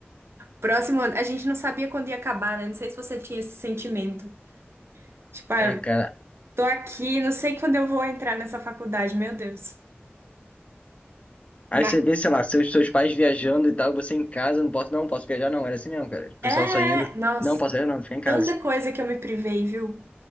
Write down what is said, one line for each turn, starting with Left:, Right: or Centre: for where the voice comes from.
Right: Próximo ano, a gente não sabia quando ia acabar, né? Não sei se você tinha esse sentimento. Tipo, ah,
Left: É,
Right: eu
Left: cara.
Right: tô aqui, não sei quando eu vou entrar nessa faculdade, meu Deus.
Left: Aí
Right: Mas
Left: você vê, sei lá, seus, seus pais viajando e tal, você em casa, não posso, não, posso viajar, não. Era assim mesmo, cara. O pessoal
Right: é,
Left: saindo.
Right: nossa,
Left: Não, posso viajar, não, fica em casa.
Right: tanta coisa que eu me privei, viu?